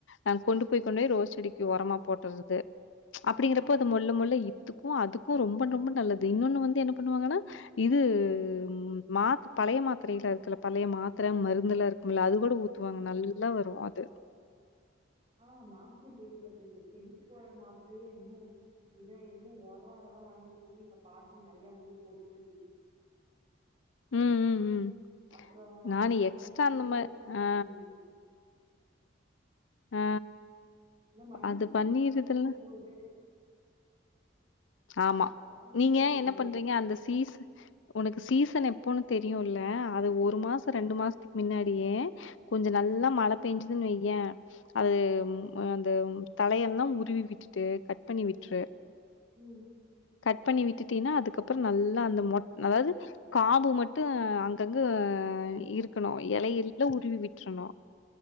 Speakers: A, on the left; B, on the right.
A: அ கொண்டு போய் கொண்டு போய் ரோஸ் செடிக்கு ஒரமா போட்டற்றது அப்படிங்கறப்போ
B: ம்
A: அது மொல்ல மொல்ல இ துக்கு அதுக்கு ரொம்ப ரொம்ப நல்ல து இன்னொன்னு வந்து என்ன பண்ணுவாங்கன்னா இது ம் மாத் பழைய மாத்திரைல்லா இருக்குல்ல பழைய மாத் மருந்து எல்லா இருக்குமில்ல அது கூட ஊத்துவாங்க நல்லா வரு அது
B: ஆ மாத்திர கேள்விபட்ருக்க செடிக்கு போட்ற மாத்திரையே இன்னு இத இன்னு ஒரோ அதெல்லா வாங்கிட்டு வந்து எங்க பாட்டி நெறைய வந்து போட்டுட்டு இருந்துச்சு
A: ம் ம் ம்
B: அப்புறம்
A: நானு
B: அந்த
A: எக்ஸ்ட்ரா
B: பன்னீர்
A: அந்தம
B: ரோஸ் நெறைய
A: அ
B: வந்துச்சு.
A: ஆ
B: ஆனா மல்லிப்பூ
A: அது
B: ப்ப
A: பண்ணிருதுல்ல.
B: சீசன் முடிய போது
A: ஆமா
B: கொறஞ்சிருச்சு
A: நீங்க
B: எங்க
A: என்ன பண்றீங்க
B: வீட்ல.
A: அந்த சீஸ உனக்கு சீசன் எப்போன்னு தெரியுல்ல அது ஒரு மாச ரெண்டு மாசத்துக் மின்னாடியே கொஞ்ச
B: அ
A: நல்லா மழை பேஞ்சுதுன் வய்யே அது ம் அ த தலையெல்லா உருவி விட்டுட்டு கட் பண்ணி விட்ரு
B: ம்
A: கட் பண்ணி விட்டுட்டீன்னா அதுக்கப்புற நல்லா அந்த மொட் அதாவ்து காம்பு மட்டு ஆ அங்கங்க ஆ இருக்கணு எலையெல்லா உருவி விட்றணு